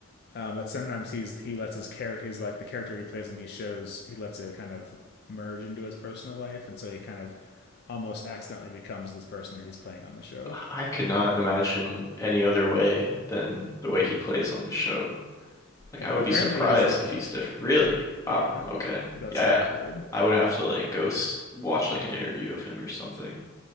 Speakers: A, on the left; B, on the left.
A: Um, but sometimes he's he lets his character, he's like the character he plays in these shows, he lets it kind of merge into his personal life, and so he kind of almost accidentally becomes this person that he's playing on the show.
B: I I could not imagine him any other way than the way he plays on the show. Like
A: apparently,
B: I would be surprised
A: he's different.
B: if he's different. Really? Wow.
A: Yeah,
B: Okay.
A: that's
B: Yeah,
A: what
B: yeah.
A: I've heard.
B: I would have to like go s watch like an interview of him or something